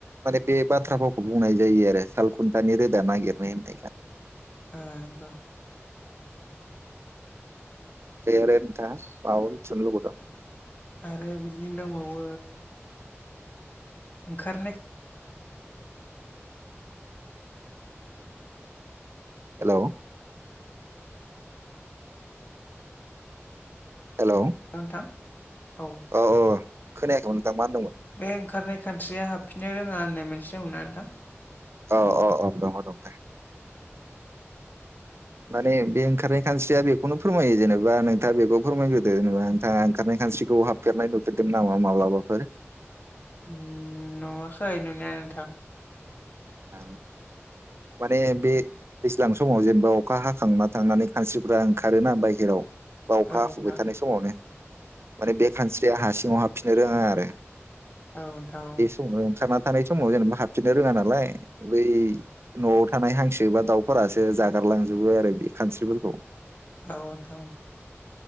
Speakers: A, on the right; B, on the left.
A: माने बे बाथ्रा फावखौ बुंनाय जायो आरो सालखुन्थानि रोदा नागिरनाय होननाया।
B: ओ नंगौ
A: बे आरो नोंथाङा माबाफोर मिथिनो लुबैबावदों?
B: आरो बिदिनो दंबावो ओंखारनाय
A: हेल' हेल'
B: नोंथां औ
A: अ अ खोनायाखैमोन नोंथां मा होनदोंमोन?
B: बे ओंखारनाय खानस्रिया हाबफिननो रोङा होननाय मोनसे दंना नोंथां?
A: औ औ औ दङ दं दे। माने बे ओंखारनाय खानस्रिया बेखौनो फोरमायो जेनेबा नोंथाङा बेखौ फोरमायग्रोदो जेनेबा नोंथाङा ओंखारनाय खानस्रिखौ हाब नामा माब्लाबाफोर?
B: उम नुवाखै नुनाया नोंथां।
A: औ माने बे दैज्लां समाव जेनेबा अखा हाखांना थांनानै खानस्रिफ्रा ओंखारोना बाहेराव बा अखा
B: औ
A: हाफुबाय
B: नोंथां
A: थानाय समाव हाय माने बे खानस्रिया हा सिङाव हाबफिननो रोङा आरो ‌।
B: औ नोंथां औ।
A: ओंखारना थानाय समाव जेनेबा हाबफिननो रोङा नालाय बै न'आव थानाय हांसो बा दाउफोरासो जागारलांजोबो आरो बे खानस्रिफोरखौ।
B: औ नोंथां औ।